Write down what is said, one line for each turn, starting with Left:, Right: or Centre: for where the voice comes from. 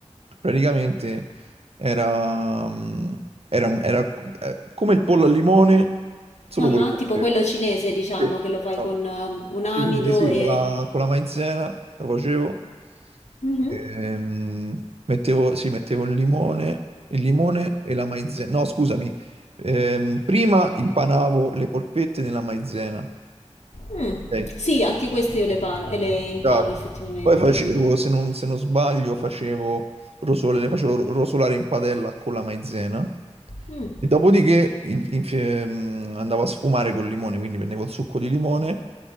Right: praticamente era, mm, era, un- era co- eh, come il pollo al limone, solo
Left: Ah,
Right: con le polpette.
Left: ah, tipo quello cinese, diciamo,
Right: Sì.
Left: che lo fai
Right: no.
Left: con eh, un amido
Right: Sì, quindi sì,
Left: e...
Right: con la, con la maizena lo facevo.
Left: Mhm.
Right: Ehm, mettevo, sì, mettevo il limone, il limone e la maizena. No, scusami. Ehm, prima impanavo le polpette nella maizena.
Left: Mh.
Right: ok?
Left: Sì, anche queste io le pano e le impano
Right: Esatto.
Left: effettivamente.
Right: Poi facevo, se non, se non sbaglio, facevo rosole, le facevo ro- rosolare in padella con la maizena
Left: Mh.
Right: e dopodiché in- infi- ehm, andavo a sfumare col limone, quindi prendevo il succo di limone